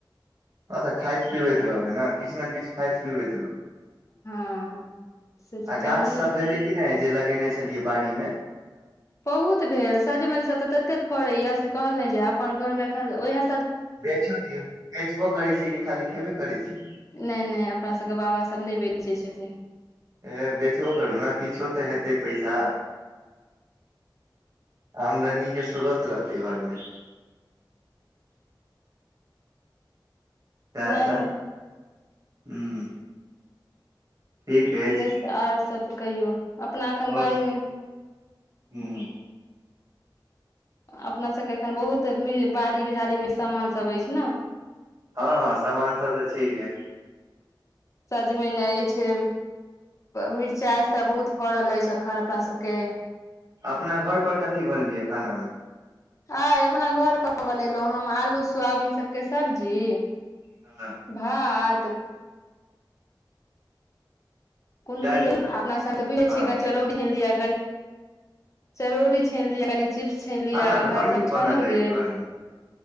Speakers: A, on the right (about 45°); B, on the left (about 40°).
A: हॅ त खाएत पीबैत रहबै ने किछ ने किछ तो खाइत पीबैत रहूँ
B: हँ से छै
A: आ
B: जामुनो
A: गाछ सब भेलै कि नहि जे लगेने छलियै बाड़ी मे
B: बहुत भेल सजमेन सब त तते फड़ैया से कहल ना जाए अपन घर मे एखन ओएह
A: बेचो दियौ बेचबो करै छियै कि खाली खेबे करै छि
B: नहि नहि अपना सभके बाबासभ नहि बेचै छथिन
A: ए बेचबो करू ने किछो तऽ हेतै पैसा आमदनी के श्रोत रहतै घरमे सएसँ
B: नहि नहि
A: हूँ ठीक अछि
B: तऽ आओर सभ कहियौ अपना एखन
A: आओर
B: बाड़ीमे
A: हूँ
B: अपना सबके एखन बहुत बाड़ी बिहाड़ी मे सामान सब अछि ने
A: हँ हँ सामान सब त छ्य है
B: सजमइन अछि मिरचाइ त बहुत फड़ल अछि एखन अपना सबके
A: अपना घर पर कथी बनेलियै खाना मे
B: आय अपना घर पर बनेलहुँ हम आलू सोयाबीन सबके सब्जी
A: हँ
B: भात कुंडली
A: दालि
B: के
A: सब
B: अपना साथ <unintelligible>
A: हँ
B: दिया चरौरी छनि लिय कनि चिप्स छनि लियअ
A: खाना
B: आय
A: तऽ
B: उएह
A: बड
B: सभ
A: नीक
B: छानल
A: बनल अइ
B: गेल
A: घर मे